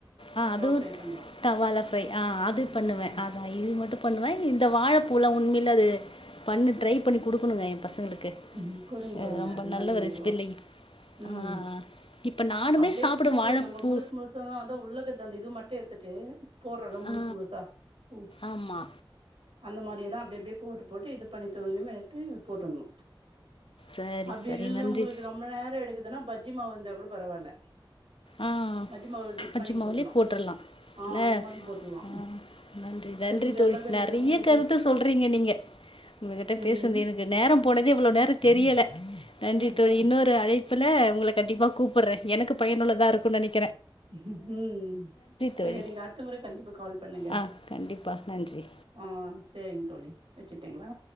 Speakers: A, on the left (about 80°); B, on the right (about 85°).
A: ஆஹ் அதுவு
B: ஃப்ரை பண்லா
A: தவால ஃப்ரை ஆஹ் அது பண்ணுவே
B: ம்
A: அதா இது மட்டு பண்ணுவே இந்த வாழப்பூலா உண்மைல அது பண்ணு ட்ரை பண்ணி குடுக்கணுங்க எ பசங்களுக்கு
B: உம் குடுங்க
A: அ
B: குடுங்க
A: ரொம்ப
B: அது
A: நல்ல
B: மாரி
A: ஒரு ரெசிபி
B: ஏதோ
A: இல்லைங்
B: உம்
A: ஆ இப்ப நானுமே
B: அப்டே
A: சாப்பிடுவே
B: பூவு
A: வாழைப்பூ
B: நம்ப அ முழுஸ் முழுஸ்சாதா வந்து உள்ளக்க தள்ளிட்டு மட் டேத்துட்டு போட்ரோல்ல முழுஸ்
A: ஆ
B: முழுஸா உம்
A: ஆமா
B: அந்த மாரியேதா அப்டி அப்டே போடு போட்டு இது பண்ணி <unintelligible> எடுத்து போட்றணு
A: சரி
B: அப்டி
A: சரி
B: இல்ல
A: நன்றி
B: உங்ளுக்கு ரொம்ப நேர எடுக்கு எதனா பஜ்ஜி மாவு இருந்தா கூட பரவால்ல
A: ஆஹ்
B: மஜ்ஜி மாவு டிப்
A: பஜ்ஜிமாவ்லே
B: பண்ணி போட்லா
A: போட்றலா
B: ஆ
A: இல்ல
B: அந்த மாரியு போட்லா
A: ஆஹ் நன்றி நன்றி
B: சரி இதெல்லா
A: தோழி
B: கொஞ்சோ
A: நெறைய
B: இது
A: கருத்து சொல்றீங்க நீங்க உங்ககிட்ட
B: ம்
A: பேசுனது எனக்கு நேரம் போனதே இவ்ளோ நேர தெரியல நன்றி
B: அதா
A: தோழி இன்னொரு அழைப்புல உங்கள கண்டிப்பா கூப்புட்ற எனக்கு பயனுள்ள தா இருக்கு நெனைக்
B: உம் சேரிங்க
A: தோழி
B: அடுத்த முற கண்டிப்பா கால் பண்ணுங்க
A: ஆ கண்டிப்பா நன்றி
B: ஆஹ் சேரிங்க தோழி வெச்சிட்டீங்ளா